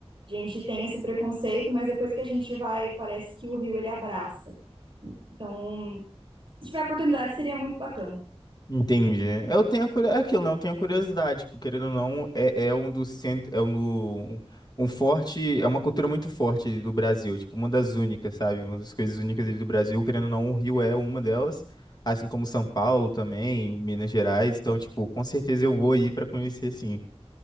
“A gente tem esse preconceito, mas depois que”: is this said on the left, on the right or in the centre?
Right